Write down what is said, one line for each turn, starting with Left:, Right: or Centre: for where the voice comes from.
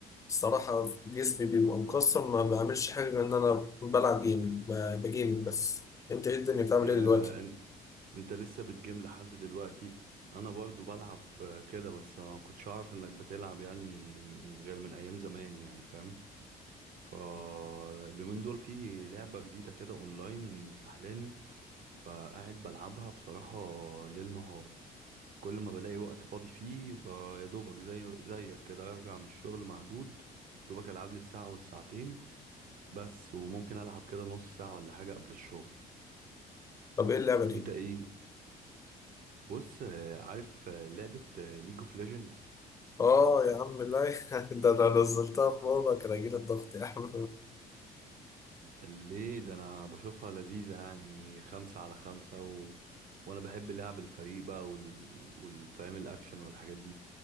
Left: الصراحة جسمي بيبقى مكسر ما بعملش حاجة غير ان انا بلعب جيمنج ب- بجيمنج بس انت ايه الدنيا بتعمل
Right: يا
Left: ايه دلوقتي؟
Right: إن- انت لسه بتجيم لحد دلوقتي انا برضو بلعب آه، كده بس ما كنتش اعرف انك بتلعب يعني من غير من ايام زمان يعني فاهم فاليومين دول في لعبة جديدة كده اونلاين سحلاني فقاعد بلعبها بصراحة ليل نهار كل ما بلاقي وقت فاضي فيه ب- يا دوبك زي زيك كده ارجع من الشغل مهدود يا دوبك العب لي الساعة والساعتين بس وممكن العب كده نص ساعة ولا حاجة قبل الشغل
Left: طب ايه اللعبة دي؟
Right: انت ايه بص آه، عارف آه، لعبة ليج اوف ليجندز
Left: اه يا عم لا <laughs> ده انا نزلتها في مرة كان هيجيلي الضغط يا عم
Right: ليه ده انا بشوفها لذيذة يعني خمسة على خمسة و... وانا بحب لعب الفريق بقى وال... والفهم الاكشن والحاجات دي